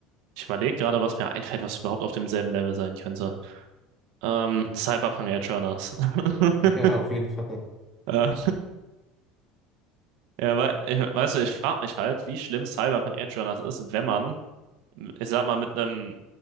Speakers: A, on the right (about 75°); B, on the left (about 20°).
A: Ich überlege gerade, was mir einfällt, was überhaupt auf demselben Level sein könnte. Ähm, Cyberpunk Edgerunners. <laughs>
B: Ja, auf jeden Fall.
A: Äh, Ja, weil, ich, weißt du, ich frage mich halt, wie schlimm Cyberpunk Edgerunners ist, wenn man, ich sag mal, mit einem